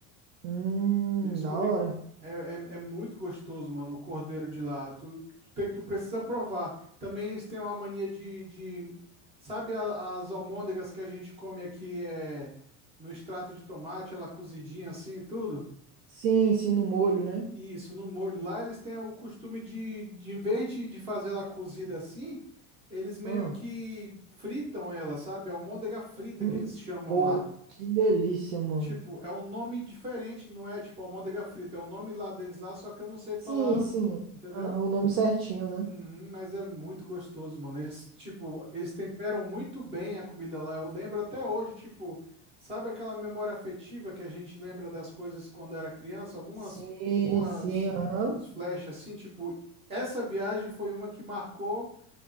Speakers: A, on the right (about 85°); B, on the right (about 15°).
A: Hum,
B: Eles
A: da
B: comem.
A: hora.
B: co- É, é, é muito gostoso, mano, o cordeiro de lá. Tu, tu, tem- tu precisa provar. Também eles têm uma mania de, de... Sabe a- as almôndegas que a gente come aqui é, no extrato de tomate, ela cozidinha assim e tudo?
A: Sim, sim, no molho, né?
B: Isso, no molho lá eles têm o costume de, de em vez de, de fazer ela cozida assim, eles meio
A: Ah.
B: que fritam ela, sabe? A almôndega frita
A: Hum,
B: que eles chamam
A: pô,
B: lá.
A: que delícia, mano.
B: Tipo, é um nome diferente, não é tipo almôndega frita, é o nome lá deles lá, só que eu não sei falar,
A: Sim, sim.
B: entendeu?
A: Aham, o nome certinho, né?
B: Uhum, mas é muito gostoso, mano. Eles, tipo, eles temperam muito bem a comida lá. Eu lembro até hoje, tipo, sabe aquela memória afetiva que a gente lembra das coisas quando era criança? Algumas,
A: Sim,
B: umas,
A: sim, aham.
B: uns flash assim, tipo, essa viagem foi uma que marcou